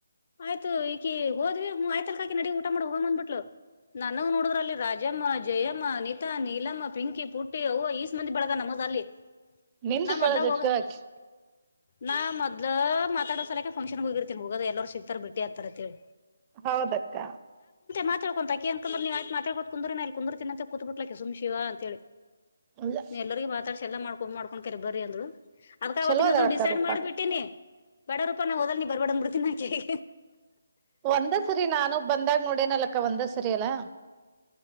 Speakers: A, on the left; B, on the right.
A: ಆಯ್ತು ಈಕಿ ಹೋದ್ವಿ ಹ್ಮ್ ಆಯ್ತಲ್ಕಾಕಿ ನಡಿ ಊಟ ಮಾಡ ಹೋಗ ಬಂದಬಿಟ್ಲು. ನನಗ ನೋಡದ್ರ ಅಲ್ಲಿ ರಾಜಮ್ಮ ಜಯಮ್ಮ ನೀತಾ ನೀಲಮ್ಮ ಪಿಂಕಿ ಪುಟ್ಟಿ ಅವ ಮಂದಿ ಬಳಗ ನಮ್ಮದ ಅಲ್ಲಿ
B: ನಿಂದು
A: ನಾ ಮೊದ್ಲ
B: ಬಾಳ ಜಗ್ಗ
A: ಹೋಗ
B: ಆಕಿ
A: ನಾ ಮೊದಲ ಮಾತಡೋ ಸಲಕೆ ಫಂಕ್ಷನ್ ಹೋಗಿರ್ತನಿ ಹೋಗದ ಎಲ್ಲಾರ್ ಸಿಗ್ತಾರ ಬಿಟ್ಟಿ ಹತಾರ ಅಂತೇಳಿ.
B: ಹೌದಕ್ಕ.
A: ಮಾತಾಕೊಂತಾಕ ಅನ್ಕಂದ್ರ ನೀತ್ತಾಡ್ಕೋ ಕುಂದರಿ ನ ಅಲ್ಲಿ ಕುಂದರ್ತೀನಂತ ಕೂತ್ ಬಿಟ್ಲಕ್ಕೆ ಸುಮ್ ಶಿವ ಅಂತ ಹೇಳಿ.
B: ಇಲ್ಲ
A: ನೀಲ್ಲರಿಗ ಮಾತಾಡ್ಸ ಎಲ್ಲ ಮಾಡ್ಕೊ ಮಾಡಕೊಂಡ ಬರಿ ಅಂದ್ಲು. ಅದ್ಕ ಅವತ್ತಿನದು
B: ಚಲೋ ಅದಳಕ್ಕ
A: ಡಿಸೈಡ್
B: ರೂಪಾ
A: ಮಾಡ್ಬಿಟ್ಟೀನಿ ಬ್ಯಾಡ ರೂಪ ನ ಹೊಡಲ್ ಬರ್ಬಡ ಅಂದ ಬಿಡ್ತೀನಿ ಆಕಿಗಿ
B: ಒಂದ ಸರಿ ನಾನು ಬಂದಾಗ ನೋಡೇನಲಕ್ಕ ಒಂದ ಸರಿ ಅಲ್ಲಾ.